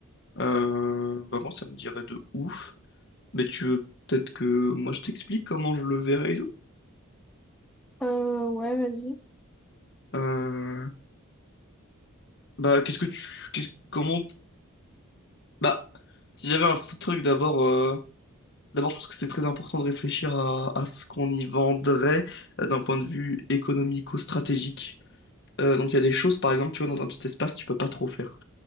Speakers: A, on the left (about 50°); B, in the centre.
A: Euh, bah moi, ça me dirait de ouf. Mais tu veux peut-être que moi je t'explique comment je le verrais et tout?
B: Euh, ouais, vas-y.
A: Euh, bah qu'est-ce que tu... qu'est-ce- Comment... Bah, si j'avais un fou truc d'abord... euh, D'abord, je pense que c'est très important de réfléchir à, à ce qu'on y vendrait euh, d'un point de vue économico-stratégique. Euh, donc il y a des choses, par exemple, tu vois, dans un petit espace, tu peux pas trop faire.